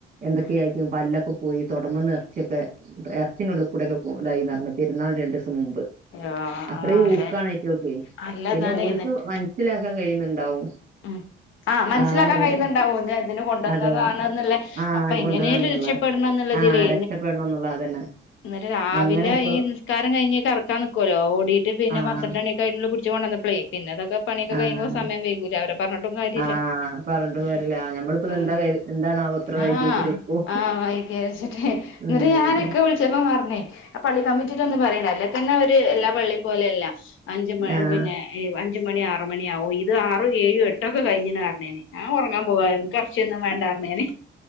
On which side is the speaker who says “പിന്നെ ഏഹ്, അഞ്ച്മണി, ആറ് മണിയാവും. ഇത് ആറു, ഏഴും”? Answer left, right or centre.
Left